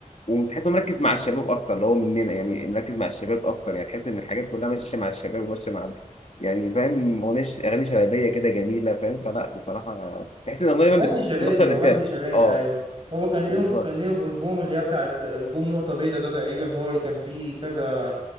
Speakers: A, on the left (about 50°); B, on the right (about 40°).
A: وتحسه مركز مع الشباب اكتر اللي هو مننا يعني مركز مع الشباب اكتر يعني تحس ان الحاجات كلها ماشيه مع الشباب وماشيه مع يعني فاهم مغنيش اغاني شبابيه كده جميله فاهم فلا بصراحه تحس ان الاغنيه دايما
B: بند شبابي
A: بتوصل
B: هو
A: رساله
B: بند شبابي
A: اه
B: أيوه هو كان ليهم
A: بالظبط
B: كان ليهم ألبوم اللي هي بتاعت ألبوم نقطة بيضاء ده تقريبا هو اللي كان فيه كذا